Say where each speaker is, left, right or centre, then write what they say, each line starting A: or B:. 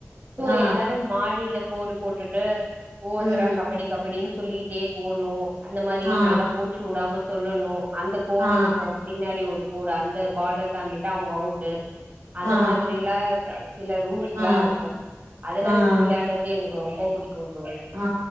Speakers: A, on the right; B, on the right.
A: சோ
B: ஆ
A: எல்லாரு மாடியில கோடு போட்டுட்டு ஒவ்வொருத்தரா
B: ம்
A: கபடி கபடின் சொல்லிட்டே போணு அந்த மாதி
B: ஆ
A: நல்லா மூச்சு வுடாம சொல்லணு அந்த கோடு
B: ஆ
A: இருக்கு பின்னாடி ஒரு கோடு அந்த பார்டர் தாண்டிட்டா அவங்க அவுட்டு
B: ஆ
A: அந்த மாதிரிலா சில ரூல்ஸ்லா
B: ஆ
A: இருக்கு அதெல்லா
B: ஆ
A: வச்சு விளாட்றது எனக்கு ரொம்ப பிடிக்கு தோழி
B: ஆ